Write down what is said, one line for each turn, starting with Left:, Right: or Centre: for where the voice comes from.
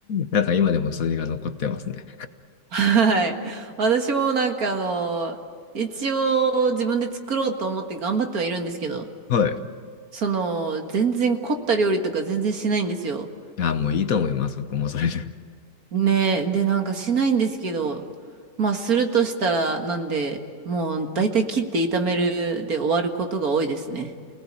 Left: なんか今でもそれが残ってますね。
Right: はい。私もなんかあの、一応自分で作ろうと思って頑張ってはいるんですけど、
Left: はい。
Right: その、全然凝った料理とか全然しないんですよ。
Left: あ、もういいと思います。僕もそれで。
Right: ねえ。で、なんかしないんですけど、まあするとしたらなんで、もう大体切って炒めるで終わることが多いですね。